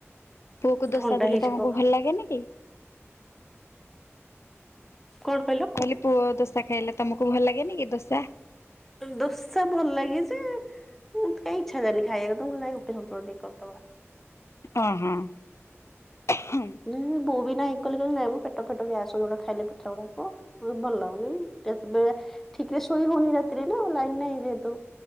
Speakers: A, on the left (about 70°); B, in the centre.
A: ପୁଅ କ ଦୋସା
B: ଥଣ୍ଡା
A: ଦେଲେ
B: ହେଇଯିବ
A: ତମକୁ ଭଲ ଲାଗେନି କି?
B: କଣ କହିଲୁ?
A: କହିଲି ପୁଅ ଦୋସା ଖାଇଲେ ତମକୁ ଭଲ ଲାଗେନି କି ଦୋସା?
B: ଦୋସା ଭଲ ଲାଗେ ଯେ ମୁଁ ତ କାଇଁ ଇଚ୍ଛା ହେଲାନି ଖାଇବାକୁ ମୁଁ କହିଲି ନାଇଁ ରୁଟି ସନ୍ତୁଳା ଟିକେ କରିଦବା।
A: ଅ ହଁ ହୁଁ।
B: ନାଇଁ ବୋଉ ବି ନା ନଁ ମୁଁ ପେଟ ଫେଟ ଗ୍ୟାସ ଯୋଉଡା ଖାଇଲେ ପିଠା ଗୁଡାକ। ଭଲ ଲାଗୁନି ଠିକରେ ସୋଇ ହଉନି ରାତିରେ ନା ଲାଇନ ନାହିଁ ଯେହେତୁ